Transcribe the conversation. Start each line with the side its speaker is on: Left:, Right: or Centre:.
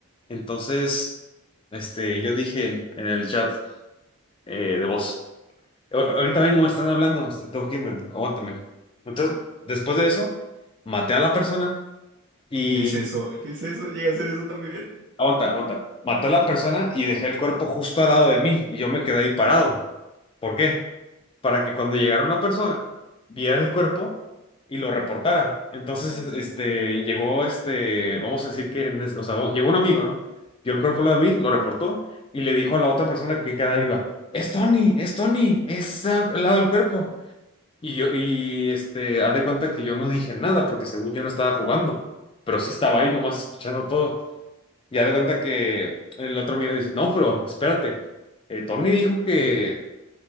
Left: Entonces, este, yo dije en el chat eh, de voz. Ahor- Ahorita vengo, me están hablando, este, tengo que irme, aguántame. Entonces, después de eso, maté a la persona y...
Right: Yo hice eso, yo hice eso, llegué a hacer eso también.
Left: Aguanta, aguanta. Maté a la persona y dejé el cuerpo justo al lado de mí y yo me quedé ahí parado. ¿Por qué? Para que cuando llegara una persona, viera el cuerpo y lo reportara. Entonces, este, llegó este, vamos a decir que, en es- o sea, llegó un amigo, ¿no? Vio el cuerpo al lado de mí, lo reportó y le dijo a la otra persona que queda viva, es Tony, es Tony, es está al lado del cuerpo. Y yo, y este, haz de cuenta que yo no dije nada porque según yo no estaba jugando, pero sí estaba ahí nomás escuchando todo. Y haz de cuenta que el otro amigo dice, no, pero espérate, eh, Tony dijo que,